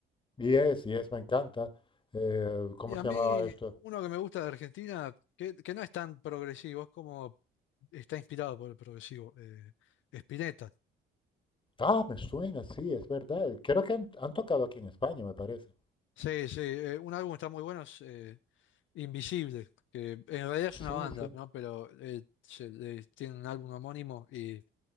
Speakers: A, on the left; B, on the left.
A: Yes, Yes, me encanta. Eh, ¿cómo
B: Y a
A: se
B: mí,
A: llamaba esto?
B: uno que me gusta de Argentina, que, que no es tan progresivo, es como está inspirado por el progresivo, eh, Spinetta.
A: Ah, me suena, sí, es verdad. Creo que han, han tocado aquí en España, me parece.
B: Sí, sí, eh, un álbum está muy bueno, Invisible, que en realidad es
A: Sí,
B: una banda,
A: sí,
B: ¿no? Pero eh, se- eh, tiene un álbum homónimo y